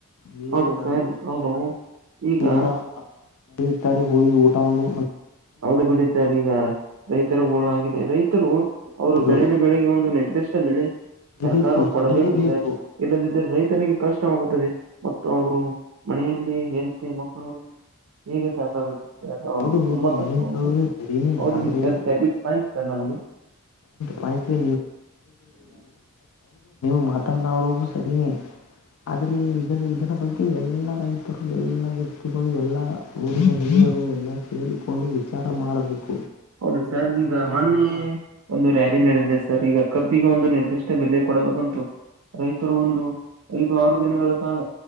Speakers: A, on the left; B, on the right.
A: ಬೇರೆಯವರಲ್ಲ
B: ಹೌದು ಸರ್ ಹೌದು
A: ನಾಲ್ಕು
B: ಈಗ
A: ದಿನ ಮ ಇರ್ತಾರೆ ಹೋಳಿಗೆ ಊಟಗೊಂಡು
B: ಹೌದು ಬಿಡ ಸರ್ ಈಗ ರೈತರ ೋಳು ಆಗಿದೆ ರೈತರು
A: ಹೌದು
B: ಅವ್ರು ಬೆಳೆದ ಬೆಳಿಗ್ಗೆ ಒಂದು ನಿರ್ದಿಷ್ಟ ಬೆಲೆ
A: ಸಿಗಬೇಕು
B: ಸರ್ಕಾರವು
A: ಸಿಗಲೇಬೇಕು
B: ಕೊಡಬೇಕು ಸರ್ ಇಲ್ಲದಿದ್ದರೆ ರೈತನಿಗೆ ಕಷ್ಟವಾಗುತ್ತದೆ ಮ ಒಬ್ರು ಮನೆಯಲ್ಲಿ ಹೆಳ್ತಿ ಮಕ್ಕಳುಗಳನ್ನು ಹೇಗೆ ಸಾಕಾಗುತ್ತೆ ಅವ
A: ಹೌದು ಹೌದು
B: ತುಂಬಾ ಕಷ್ಟ
A: ನೀವ್ ಹೇಳುದು ಸರಿನೇ
B: ಅವ
A: ಆದ್ರೆ
B: sir that is fine sir ನ
A: ಹೌದು ನೀವುತ್ರ ನ್ನ ಅವಳೋದು ಸರಿನೇ ಆದ್ರೆ ಇದರ ಇದರ ಬಗ್ಗೆ ಎಲ್ಲಾ ರೈತರು ಎಲ್ಲಾ ವ್ಯಕ್ತಿಗಳು ಎಲ್ಲಾ ಊರಿಗೆ ಹ ಎಲ್ಲ ಸೇರಿಕೊಂಡು ವಿಚಾರ ಮಾಡಬೇಕು
B: ಹೌದು ಸರ್ ಈಗ ಮಣ್ಣೆ ಒಂದು ರ್ಯಾಲಿ ನಡೆದಿದೆ ಸರ್ ಈಗ ಕಬ್ಬಿಗೆ ಒಂದು ನಿರ್ದಿಷ್ಟ ಬೆಲೆ ಕೊಡಬೇಕಂತು ರೈತರು ಒಂದು ಐದು ಆರು ದಿನಗಳ ಕಾಲ